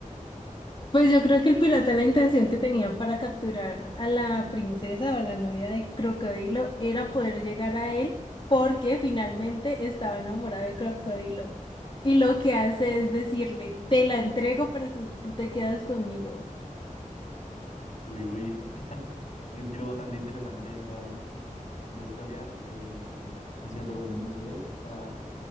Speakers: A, on the left; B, on the left.
A: Pues yo creo que el pirata la intención que tenía para capturar a la princesa o a la novia de Crocodilo era poder llegar a él porque finalmente estaba enamorado de Crocodilo. Y lo que hace es decirle, te la entrego, pero tú, tú te quedas conmigo.
B: Uy, uy. Y un giro bastante interesante esta, esta historia. eh, ahí se reúnen los tres para